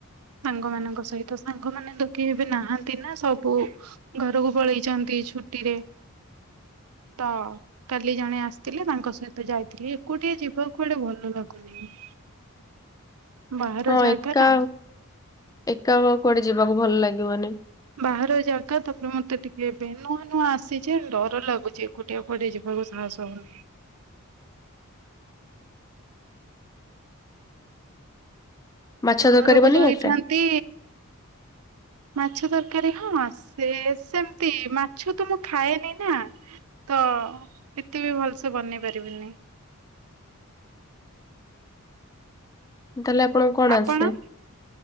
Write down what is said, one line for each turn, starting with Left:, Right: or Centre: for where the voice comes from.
Right: ସାଙ୍ଗ ମାନଙ୍କ ସହିତ ସାଙ୍ଗ ମାନେ ତ କେହି ବି ନାହାନ୍ତି ନା ସବୁ ଘରକୁ ପଳେଇଚନ୍ତି ଛୁଟିରେ ତ କାଲି ଜଣେ ଆସିଥିଲେ ତାଙ୍କ ସହିତ ଯାଇଥିଲି ଏକୁଟିଆ ଯିବାକୁ କୁଆଡେ ଭଲ ଲାଗୁନି। <inaudible> ବାହାର
Left: ହଁ
Right: ଜାଗା
Left: ଏକା
Right: ନା
Left: ଏକା ଆଉ କୁଆଡେ ଯିବାକୁ ଭଲ ଲାଗିବନି।
Right: ବାହାର ଜାଗା ତାପରେ ମତେ ଟିକେ ଏବେ ନୂଆ ନୂଆ ଆସିଛି ଡର ଲାଗୁଛି। ଏକୁଟିଆ କୁଆଡେ ଯିବାକୁ ସାହସ ହଉନି।
Left: ମାଛ
Right: ଘରକୁ
Left: ତରକାରୀ ବନେଇ
Right: ଯାଇଥାନ୍ତି
Left: ଆସେ?
Right: ମାଛ ତରକାରୀ ହଁ ସେ ସେମତି ମାଛ ତ ମୁଁ ଖାଏନି ନା। ତ ଏତେ ବି ଭଲସେ ବନେଇ ପାରିବିନି।
Left: ତାହେଲେ ଆପଣଙ୍କୁ କଣ
Right: ଆପଣ
Left: ଆସେ?